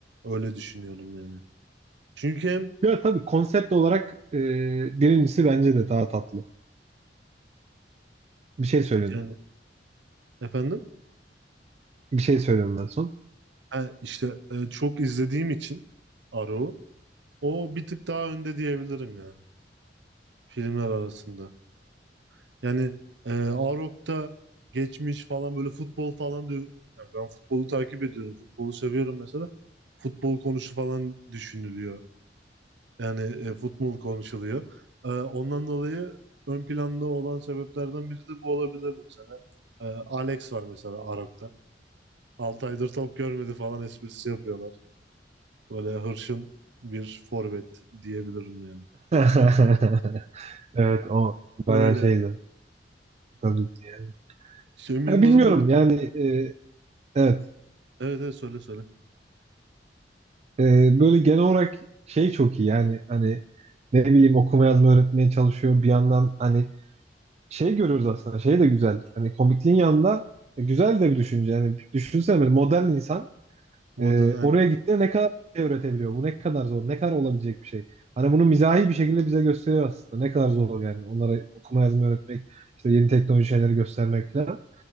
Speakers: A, on the right; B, on the right.
A: Öyle düşünüyorum yani. Çünkü hem
B: Ya tabii konsept olarak eee, birincisi bence de daha tatlı. Bir şey söylüyorum.
A: yani efendim
B: Bir şey söylüyorum ben son.
A: ha, işte e, çok izlediğim için Arrow o bir tık daha önde diyebilirim yani filmler arasında. Yani e, Arok'ta geçmiş falan böyle futbol falan diyor. Yani ben futbolu takip ediyorum. Futbolu seviyorum mesela. Futbol konusu falan düşünülüyor. Yani e, futbol konuşuluyor. E, ondan dolayı ön planda olan sebeplerden biri de bu olabilir mesela. E, Alex var mesela Arok'ta. 6 aydır top görmedi falan esprisi yapıyorlar. Böyle hırçın bir forvet diyebilirim yani.
B: <laughs> Evet o
A: Öyle.
B: bayağı şeydi. komikti yani.
A: Cem Yılmaz'ın
B: Ya bilmiyorum
A: böyle
B: yani e, evet
A: evet evet söyle söyle.
B: E, böyle genel olarak şey çok iyi yani hani ne bileyim okuma yazma öğretmeye çalışıyor bir yandan hani şey görüyoruz aslında şey de güzel hani komikliğin yanında güzel de bir düşünce yani düşünsene böyle modern insan
A: Moda
B: e, oraya gittiğinde ne kadar şey öğretebiliyor bu ne kadar zor ne kadar olabilecek bir şey hani bunu mizahi bir şekilde bize gösteriyor aslında ne kadar zor yani onlara okuma yazma öğretmek işte yeni teknoloji şeyleri göstermek falan.